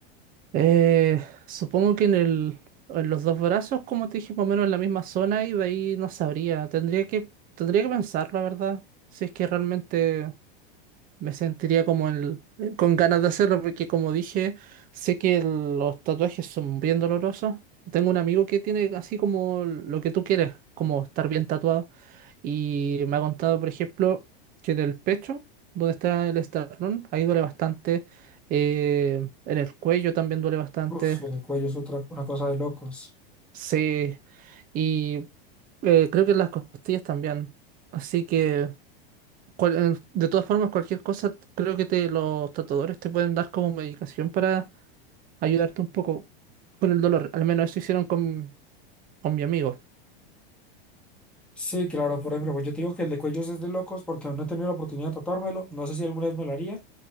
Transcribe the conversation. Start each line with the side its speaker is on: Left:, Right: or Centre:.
Right: Eh, supongo que en el, en los dos brazos, como te dije, más o menos en la misma zona y de ahí no sabría. Tendría que, tendría que pensar, la verdad. Si es que realmente. Me sentiría como el, con ganas de hacerlo porque como dije, sé que el- los tatuajes son bien dolorosos. Tengo un amigo que tiene así como lo que tú quieres, como estar bien tatuado. Y me ha contado, por ejemplo, que en el pecho, donde está el esternón, ahí duele bastante. eh, en el cuello también duele bastante.
Centre: Uf, el cuello es otra, una cosa de locos.
Right: Sí. Y eh, creo que en las costillas también. Así que cual- eh, de todas formas, cualquier cosa, creo que te, los tatuadores te pueden dar como medicación para ayudarte un poco con el dolor. Al menos eso hicieron con, con mi amigo.
Centre: Sí, claro, por ejemplo, pues yo te digo que el de cuellos es de locos porque aún no he tenido la oportunidad de tatuármelo. No sé si alguna vez me lo haría.